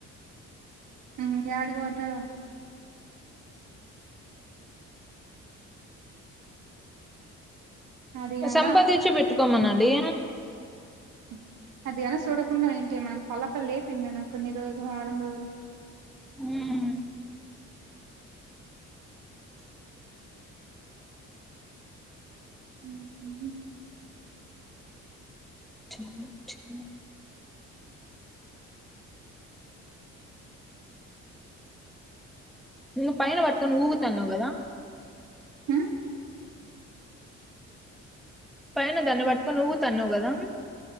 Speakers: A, on the right; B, in the centre.
A: ఉమ్ యాడి పోతాడో అది అనా
B: సంపాదించి పెట్టుకోమనాలి
A: <inaudible> అది గనా సూడకుండా అయింటే మనం పల్లపలు లేపింది కొన్ని రోజులు వారం రోజులు
B: ఉమ్
A: ఉమ్ ఉమ్
B: చుమ్ చుమ్ నువ్ పైన బట్టుకొని ఊగుతున్నవ్ గదా
A: ఉమ్
B: పైన దాన్ని బట్టుకొని ఊగుతన్నావ్ గదా